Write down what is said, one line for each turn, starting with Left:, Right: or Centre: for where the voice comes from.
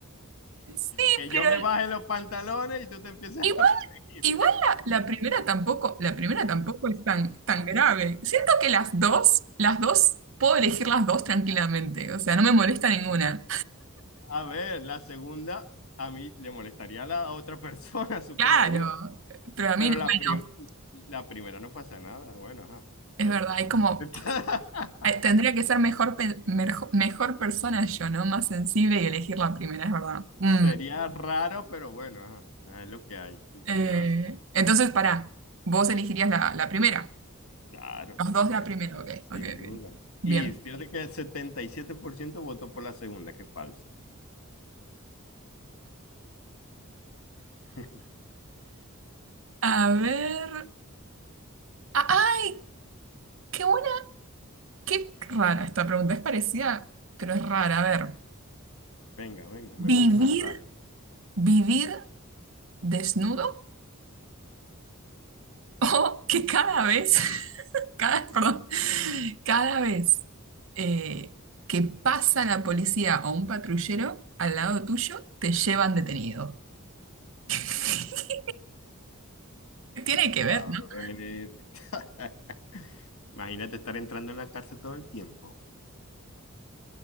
Right: sí,
Left: Que
Right: pero
Left: yo me baje los pantalones y tú te empiezas
Right: Igual,
Left: a reír.
Right: igual la, la primera tampoco, la primera tampoco es tan, tan grave. Siento que las dos, las dos, puedo elegir las dos tranquilamente. O sea, no me molesta ninguna.
Left: A ver, la segunda a mí le molestaría a la otra persona, <laughs> supongo
Right: Claro,
Left: yo.
Right: pero a mí,
Left: Pero
Right: no-
Left: la,
Right: bueno,
Left: Claro. prim- la primera no pasa nada. Bueno, ajá.
Right: es
Left: Te-
Right: verdad, es como,
Left: <laughs>
Right: eh, tendría que ser mejor, pe- merjo- mejor persona yo, ¿no? Más sensible y elegir la primera, es verdad. Mm,
Left: Sería raro, pero bueno, ajá. Ah, Es lo que hay. ¿Qué-
Right: eh,
Left: qué vas?
Right: entonces, pará, vos elegirías la, la primera.
Left: Claro,
Right: Los
Left: la primera,
Right: dos de la primera, ok,
Left: sin
Right: ok, ok.
Left: duda.
Right: Bien.
Left: Y fíjate que el 77% votó por la segunda, qué falso. <laughs>
Right: A ver. a- ¡Ay! ¡Qué buena! Qué rara esta pregunta, es parecida, pero es rara. A ver,
Left: Venga, venga, me
Right: ¿vivir,
Left: gustan las raras.
Right: vivir desnudo o que cada vez, <laughs> cada, perdón, cada vez eh, que pasa la policía o un patrullero al lado tuyo, te llevan detenido? <laughs> Tiene que ver,
Left: A
Right: ¿no?
Left: ver. <laughs> Imagínate estar entrando en la cárcel todo el tiempo.